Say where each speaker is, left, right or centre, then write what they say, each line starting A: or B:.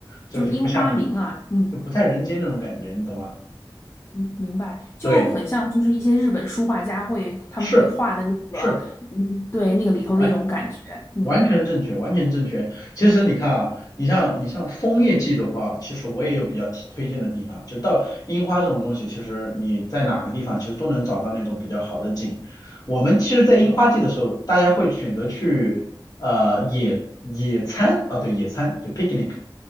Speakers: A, on the left (about 45°); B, on the left (about 30°).
A: 这个就不像人，
B: 就是樱花林啊，嗯。
A: 就不在人间那种感觉，你懂吗？
B: 嗯，明白，就很像就是一些日本书画家会他们会画的那个，
A: 对。是是，
B: 嗯，对，那个里头那种感觉，
A: 完
B: 嗯
A: 完全正确，完全正确。其实你看啊，你像你像枫叶季的话，其实我也有比较提推荐的地方，就到樱花这种东西，其实你在哪个地方其实都能找到那种比较好的景。我们其实，在樱花季的时候，大家会选择去呃野野餐啊，对，野餐就 picnic，